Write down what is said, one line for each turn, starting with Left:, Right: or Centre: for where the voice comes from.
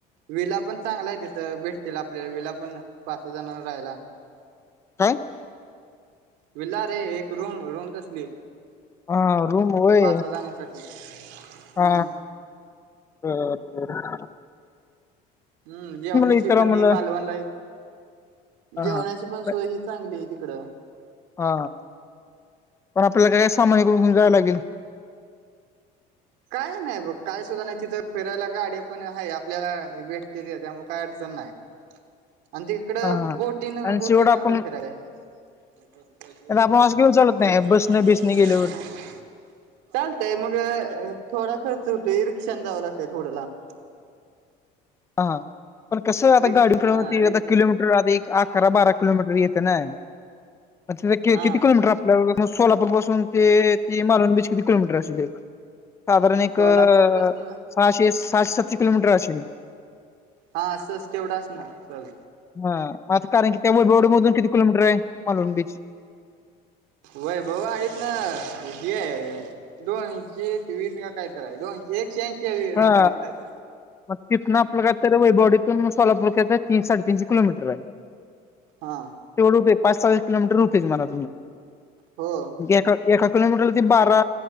Right: विला पण चांगला आहे तिथं भेटतील आपल्याला विला पण पाच सहा जण राहायला
Left: कय?
Right: विल्ला रे एक रूम रूम तसली
Left: हा रूम वय
Right: पाच सहा जणांसाठी हम्म
Left: हा. होरर.
Right: हम्म जेवण्याची
Left: विचाराव
Right: पण
Left: म्हणलं
Right: ही मालवण रा आहे
Left: हा
Right: जेवण्याची
Left: हा
Right: पण
Left: हा
Right: सोय ह. चांगली आहे तिकडं.
Left: हा पण आपल्याला कडे सामन ईकडून घऊन जावं लागली.
Right: काय नाही बघ काय सुद्धा नाही तिथं फिरायला गाडी पण आहे आपल्याला भेटते त्यामु काय अडचण नाही.
Left: <inaudible>
Right: आणि तिकडं
Left: हा हा
Right: बोटीन
Left: आणि
Right: बोटीन
Left: शेवट आपण
Right: फिराल्या ह
Left: आता आपण असं घेऊन चालत नाही
Right: <unintelligible>
Left: बसने बिसने गेल्यावर
Right: चालतंय मग अ थोडा खर्च होतोय रिक्षान जावं लागतंय थोडं लांब
Left: हा पण कसं आता
Right: रिक्ष
Left: गाडी किती
Right: हा रिक्ष
Left: आता किलोमीटर आ अकरा बारा किलोमीटर येते ना पण तिथे
Right: हा
Left: किती किलोमीटर आप मग सोलापूर पासून ते ती मालवण बीच किती किलोमीटर असेल एक साधारण एक
Right: सोलापूर
Left: अ
Right: पासन
Left: सहाशे सातशे किलोमीटर असेल.
Right: हा असच तेवढ असणार सहज
Left: हा आता कारण की वैभववाडी मधून किती किलोमीटर आहे मालवण बीच
Right: वैभववाडीतन हे दोनशे एकवीस काय तर दोनशे एकशे अंशी
Left: हा
Right: काय तर
Left: मग तिथनं आपलं काय तर वैभवडीतून सोलापुरक्याच तीन साडेतीीनशे किलोमीटर आहे.
Right: हा
Left: तेवढं होते पाच सहा किलोमीटर होतेय तुम्हाला
Right: हो
Left: एका एका किलोमीटरला ते बारा